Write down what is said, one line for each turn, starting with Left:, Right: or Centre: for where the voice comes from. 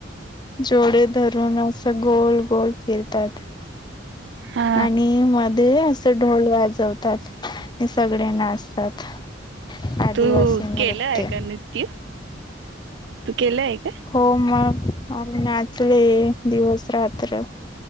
Left: जोडे धरून असं गोल गोल फिरतात.
Right: हा
Left: आणि मध्ये असं ढोल वाजवतात, आण सगडे नाचतात. आदिवासी
Right: तू
Left: नृत्य
Right: केलं आहे क नृत्य, तू केलं आहे का?
Left: हो मग आम्ही नाचलेये दिवस रात्र.